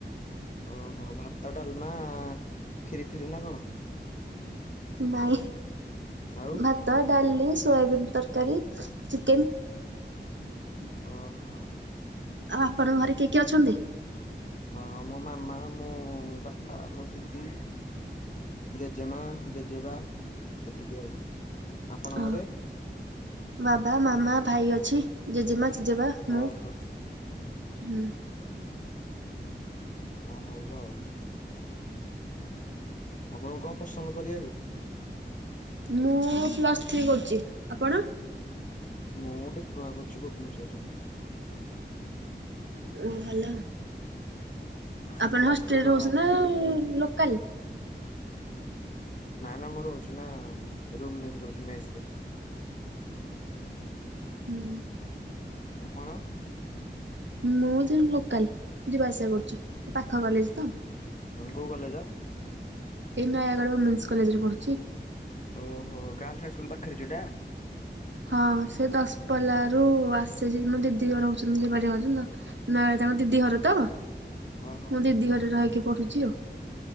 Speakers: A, on the left; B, on the right.
A: ଓହୋ ଭାତ, ଡାଲମା, ଖିରି ଫିରି ନା କଣ?
B: ନାଇଁ
A: ଆଉ
B: ଭାତ, ଡାଲି। ସୋୟାବିନ୍ ତରକାରୀ, ଚିକେନ୍।
A: ଓ ହୋ।
B: ଆଉ ଆପଣଙ୍କ ଘରେ କିଏ କିଏ ଅଛନ୍ତି?
A: ହଁ ମୋ ମାମା, ମୁଁ, ବାପା, ମୋ ଦିଦି। ଜେଜେମା, ଜେଜେବା ଏତିକି ଆଉ, ଆପଣଙ୍କ
B: ଓ
A: ଘରେ?
B: ବାବା, ମାମା, ଭାଇ ଅଛି ।ଜେଜେମା ଜେଜେବା, ମୁଁ।
A: ଓ ହୋ।
B: ହୁଁ।
A: ହଁ ହଉ ଆଉ। ଆପଣଙ୍କୁ କଣ ପସନ୍ଦ କରିବାକୁ?
B: ମୁଁ ପ୍ଲସ୍ ଥ୍ରୀ କରୁଚି। ଆପଣ?
A: ମୁଁ ଡିପ୍ଲୋମା କରୁଚି ଭୁବନେଶ୍ୱରରେ।
B: ଓ ଭଲ।
A: ହଁ
B: ଆପଣ
A: ପ୍ଲସ୍
B: ହଷ୍ଟେଲରେ
A: ଥ୍ରୀ କଣ
B: ରହୁଚନ୍ତି ନା ଲୋକାଲ?
A: ନା ନା ମୁଁ ରୋହୁଚିନା ରୁମ ନେଇକି ରହୁଚି ମେସରେ।
B: ହୁଁ।
A: ଆପଣ?
B: ମୁଁ ଯୋଉ ଲୋକାଲ ଯିବା ଆସିବା କରୁଛଚି ପାଖ କଲେଜ ତ।
A: କୋଉ କଲେଜ?
B: ଏଇ ନୟାଗଡ଼ ଓମେନ୍ସ କଲେଜରେ ପଢୁଚି।
A: ଓହୋ ଗାର୍ଲସ ହାଇସ୍କୁଲ ପାଖରେ ଯୋଉଟା?
B: ହଁ ସେ ଦଶପଲା ରୁ ଆସଚି ମ ଦିଦି ଘର ରହୁ ଚନ୍ତି ସେପାର ରହୁଚନ୍ତି ତ ନୟ ତାଙ୍କ ଦିଦି ଘର ତ ମୁଁ
A: ଓହୋ
B: ଦିଦି ଘରେ ରହିକି ପଢୁଛି ଆଉ।